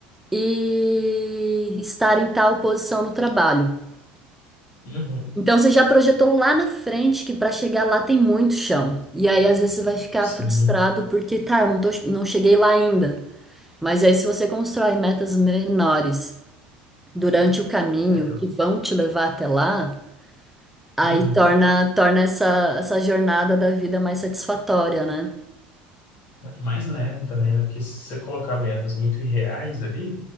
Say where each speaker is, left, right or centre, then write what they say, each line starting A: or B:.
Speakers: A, in the centre; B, on the left.
A: e estar em tal posição no trabalho.
B: uhum,
A: Então você já projetou lá na frente que para chegar lá tem muito chão. E aí às vezes você vai ficar
B: sim.
A: frustrado porque tá, eu não tô, não cheguei lá ainda. Mas aí se você constrói metas menores durante o caminho
B: É, eu-
A: que vão te levar até lá, aí
B: uhum.
A: torna torna essa essa jornada da vida mais satisfatória, né?
B: Mais leve também, né? Porque se você colocar metas muito irreais ali,